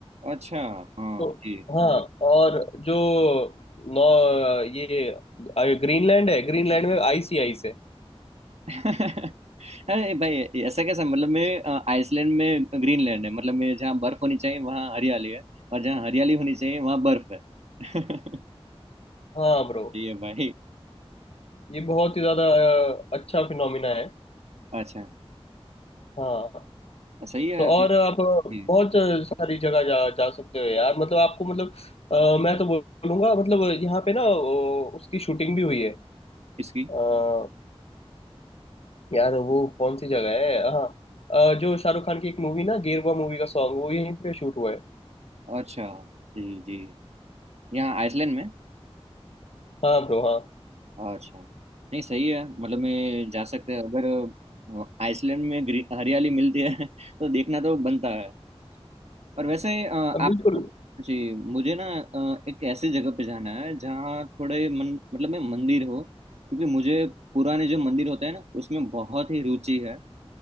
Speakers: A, on the right (about 90°); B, on the left (about 70°).
A: अच्छा हाँ
B: तो
A: जी
B: हाँ और जो नौ ये अ, ग्रीनलैंड है ग्रीनलैंड में आइस ही आइस है
A: <laughs> अरे भाई ऐसा कैसा मतलब मैं अ, आइसलैंड में ग्रीनलैंड है मतलब मैं जहाँ बर्फ होनी चाहिए वहाँ हरियाली है और जहाँ हरियाली होनी चाहिए वहाँ बर्फ है <laughs>
B: हाँ ब्रो
A: सही है भाई
B: ये बहुत ही ज्यादा अ, अच्छा फिनोमिना है
A: अच्छा
B: हाँ
A: सही है
B: तो और आप बहुत
A: जी
B: सारी जगह जा जा सकते हो यार मतलब आपको मतलब अ, मैं तो बोलूंगा मतलब यहाँ पे ना अ, उसकी शूटिंग भी हुई
A: किसकी
B: है यार वो कौन सी जगह है हाँ अ, जो शाहरुख खान की एक मूवी ना गेरुआ मूवी का सॉन्ग वो यहीं पे शूट हुआ है
A: अच्छा जी जी यहाँ आइसलैंड में
B: हाँ ब्रो हाँ
A: अच्छा नहीं सही है मतलब मैं जा सकते हैं अगर आइसलैंड में ग्री- हरियाली मिलती है <laughs> तो देखना तो बनता है और वैसे अ, आप
B: अ, बिल्कुल
A: जी मुझे ना अ, एक ऐसी जगह पे जाना है जहाँ थोड़े मन मतलब में मंदिर हो क्योंकि मुझे पुराने जो मंदिर होते हैं ना उसमें बहुत ही रुचि है